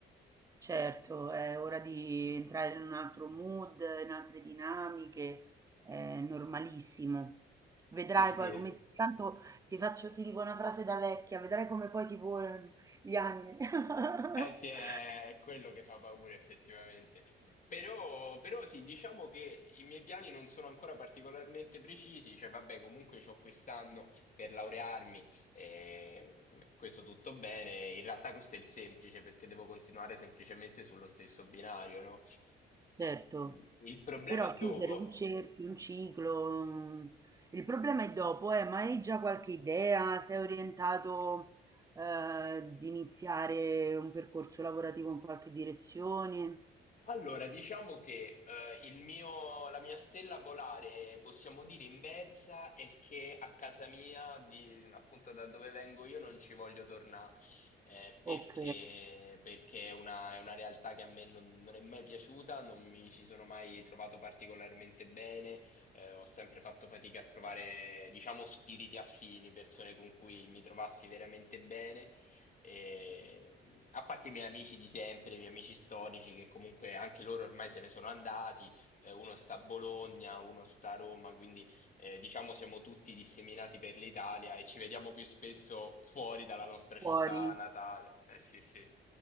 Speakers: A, on the right; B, on the left.
A: Certo, è ora di entrare in un altro mood, in altre dinamiche, è normalissimo. Vedrai
B: Sì, sì.
A: poi come tanto ti faccio, ti dico una frase da vecchia, vedrai come poi ti volano gli anni. <laughs>
B: Eh sì, è quello che fa paura effettivamente. Però, però sì, diciamo che i miei piani non sono ancora particolarmente precisi, cioè vabbè, comunque c'ho quest'anno per laurearmi, eh, questo tutto bene. In realtà questo è il semplice perché devo continuare semplicemente sullo stesso binario, no? Eh,
A: Certo,
B: Il il problema
A: però
B: è
A: chiudere
B: dopo,
A: un cerchio, un ciclo, mm, il problema è dopo, eh, ma hai già qualche idea? Sei orientato, eh, di iniziare un percorso lavorativo in qualche direzione?
B: Allora, diciamo che eh, il mio- la mia stella polare, possiamo dire inversa, è che a casa mia, di- appunto da dove vengo io, non ci voglio tornare eh, perché,
A: Ok,
B: perché è una, è una realtà che a me non, non è mai piaciuta, non mi ci sono mai trovato particolarmente bene, eh, ho sempre fatto fatica a trovare, diciamo, spiriti affini, persone con cui mi trovassi veramente bene. E, mh, a parte i miei amici di sempre, i miei amici storici, che comunque anche loro ormai se ne sono andati, eh, uno sta a Bologna, uno sta a Roma, quindi eh, diciamo siamo tutti disseminati per l'Italia e ci vediamo più spesso fuori dalla nostra città
A: fuori.
B: natale. Eh sì, sì.